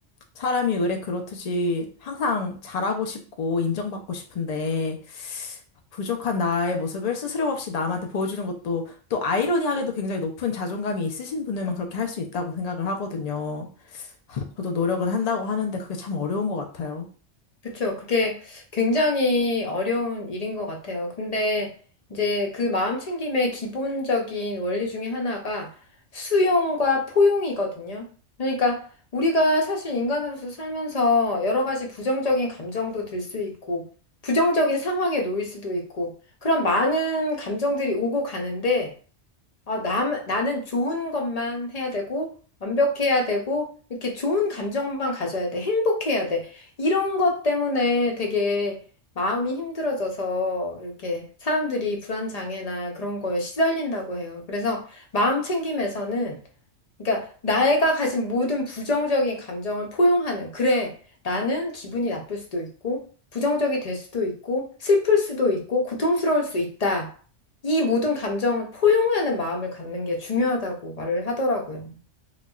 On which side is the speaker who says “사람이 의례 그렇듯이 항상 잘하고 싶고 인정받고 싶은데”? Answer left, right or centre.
Left